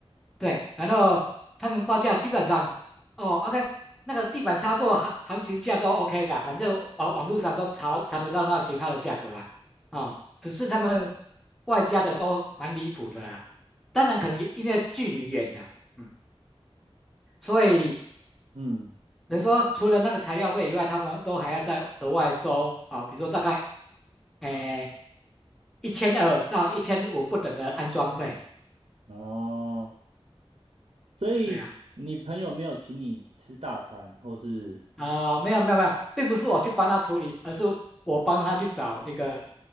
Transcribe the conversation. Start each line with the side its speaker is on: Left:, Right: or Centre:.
Centre: 对，然后他们报价基本上，哦，OK，那个地板插座行行情价都 OK 啦，反正网网络上都查查得到那型号的价格啊，啊、只是他们外加的都蛮离谱的啊，当然可能因为距离远了，嗯，所以
Right: 嗯。
Centre: 等于说除了那个材料费以外，他们都还要再额外收啊、比如说大概，诶一千二到一千五不等的安装费，
Right: 哦，所以你朋友没有请你吃大餐，
Centre: 对呀。
Right: 或是
Centre: 啊，没有没有没有，并不是我去帮他处理，而是我帮他去找一个